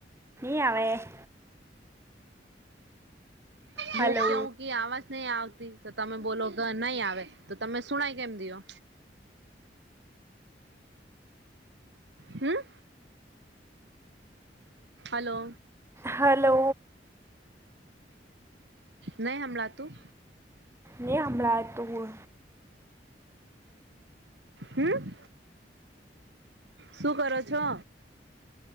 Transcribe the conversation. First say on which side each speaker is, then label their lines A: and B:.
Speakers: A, on the right; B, on the right.
A: આવેવે હલો
B: હું કવ કે આવાજ નહી આવતી તો તમે બોલો નહી આવે તો તમે સુણાય કેમ દો હમ હલો
A: હલો
B: નહી હ લ તું
A: નહીં હમણાં તું
B: હમ શું કરો છો